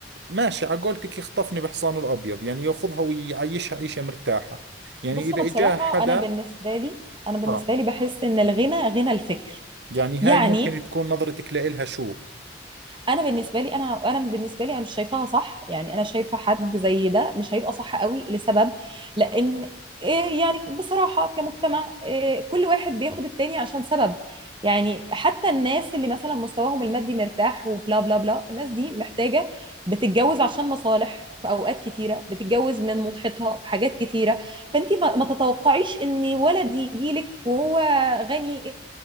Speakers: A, on the right; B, on the right.
A: ماشي على قولتك يخطفني بحصانه الابيض يعني ياخذها ويعيشها عيشه مرتاحه يعني
B: بص
A: اذا
B: انا بصراحه
A: اجاها حدا
B: انا بالنسبه لي انا بالنسبه
A: اه
B: لي بحس ان الغنى غنى الفكر
A: يعني هاي
B: يعني
A: ممكن تكون نظرتك لإلها شو
B: انا بالنسبه لي انا انا بالنسبه لي انا مش شايفاها صح يعني انا شايفه حد زي ده مش هيبقى صح قوي لسبب لان إيه يعني بصراحه كمجتمع إيه كل واحد بياخد التاني عشان سبب يعني حتى الناس اللي مثلا مستواهم المادي مرتاح وبلا بلا بلا الناس دي محتاجه بتتجوز عشان مصالح في اوقات كتيره بتتجوز من مضحيتها في حاجات كتيره فانت ما ما تتوقعيش ان ولد يجي لك وهو غني